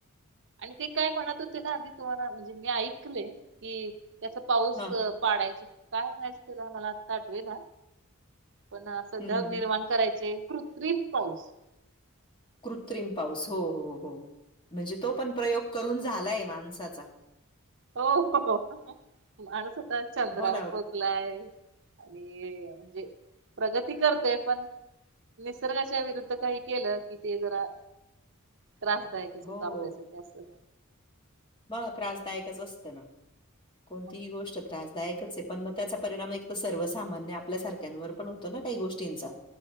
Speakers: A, on the right (about 55°); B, on the left (about 25°).
A: आणि ते काय म्हणत, होते ना आधी तुम्हाला म्हणजे मी ऐकलय की त्याचा पाऊस
B: हा.
A: पाडायच काय म्हणायचं, ते मला आता आठवेना. पण असं
B: हं,
A: ढग निर्माण
B: हं.
A: करायचे, कृत्रिम पाऊस.
B: कृत्रिम पाऊस हो हो हो म्हणजे, तो पण प्रयोग करून झालाय. माणसाचा.
A: हो हो माणूस आता चंद्रावर
B: हो ना.
A: पोहच नाही आणि म्हणजे प्रगती करतोय पण निसर्गाच्या विरुद्ध काही केलं कि ते जरा त्रासदायकच
B: हो.
A: होत आपल्यासाठी असं
B: मग त्रासदायकच असतं ना कोणतीही
A: मग
B: गोष्ट त्रासदायक दायकच आहे पण मग त्याचा परिणाम एक तर सर्वसामान्य आपल्या सारख्यांवर पण होतो ना काही गोष्टींचा